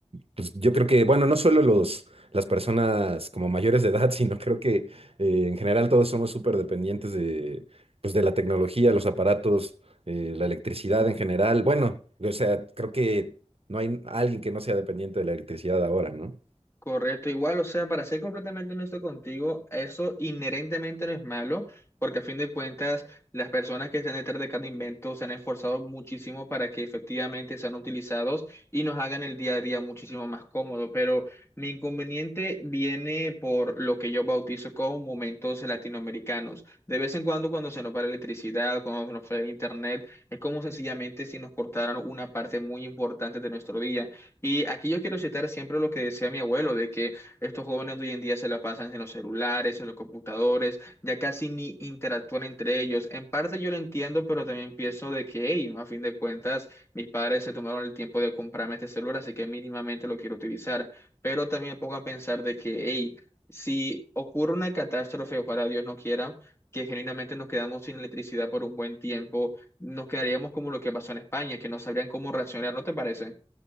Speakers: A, on the right; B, on the left.
A: pues yo creo que, bueno, no solo los, las personas como mayores de edad, <laughs> sino creo que eh, en general todos somos súper dependientes de, pues, de la tecnología, los aparatos, eh, la electricidad en general. Bueno, o sea, creo que no hay alguien que no sea dependiente de la electricidad ahora, ¿no?
B: Correcto, igual, o sea, para ser completamente honesto contigo, eso inherentemente no es malo, porque a fin de cuentas las personas que están detrás de cada invento se han esforzado muchísimo para que efectivamente sean utilizados y nos hagan el día a día muchísimo más cómodo, pero mi inconveniente viene por lo que yo bautizo como momentos latinoamericanos. De vez en cuando cuando se nos va la electricidad, cuando se nos va el internet, es como sencillamente si nos cortaran una parte muy importante de nuestro día. Y aquí yo quiero citar siempre lo que decía mi abuelo, de que estos jóvenes de hoy en día se la pasan en los celulares, en los computadores, ya casi ni interactúan entre ellos. En parte yo lo entiendo, pero también pienso de que, hey, a fin de cuentas, mis padres se tomaron el tiempo de comprarme este celular, así que mínimamente lo quiero utilizar. Pero también me pongo a pensar de que, hey, si ocurre una catástrofe, ojalá Dios no quiera, que genuinamente nos quedamos sin electricidad por un buen tiempo, nos quedaríamos como lo que pasó en España, que no sabrían cómo reaccionar, ¿no te parece?